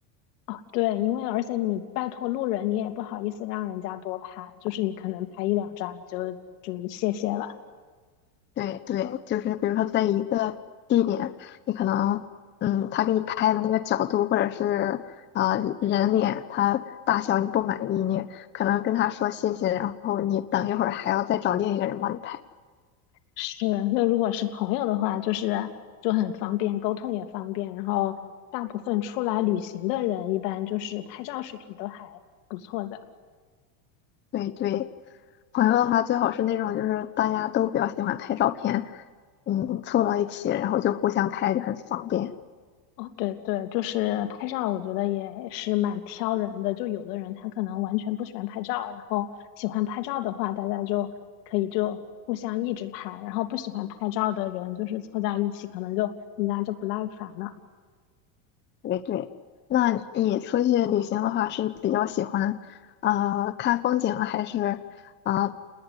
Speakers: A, on the left (about 75°); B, on the left (about 20°).
A: 哦，对，因为而且你拜托路人，你也不好意思让人家多拍，就是你可能拍一两张你就就谢谢了。
B: 对对，就是比如说在一个地点，你可能，嗯，他给你拍的那个角度或者是呃人脸，他大小你不满意，你可能跟他说谢谢，然后你等一会儿还要再找另一个人帮你拍。
A: 是，那如果是朋友的话，就是就很方便，沟通也方便。然后大部分出来旅行的人，一般就是拍照水平都还不错的。
B: 对对，朋友的话最好是那种就是大家都比较喜欢拍照片，嗯，凑到一起然后就互相拍就很方便。
A: 哦，对对，就是拍照，我觉得也是蛮挑人的。就有的人他可能完全不喜欢拍照，然后喜欢拍照的话，大家就可以就互相一直拍，然后不喜欢拍照的人就是凑在一起，可能就人家就不耐烦了。
B: 对对，那你出去旅行的话是比较喜欢，呃，看风景啊还是？啊、